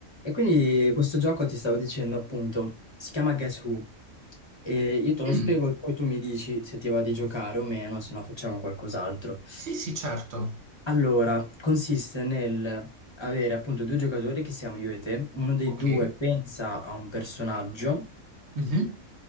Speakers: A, on the left; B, on the right.
A: E quindi questo gioco ti stavo dicendo appunto, si chiama Guess Who e io te lo
B: Mm,
A: spiego e poi tu mi dici se ti va di giocare o meno, se no facciamo qualcos'altro.
B: sì, sì, certo.
A: Allora, consiste nel avere appunto due giocatori che siamo io e te, uno dei
B: Ok.
A: due pensa a un personaggio
B: Mhm.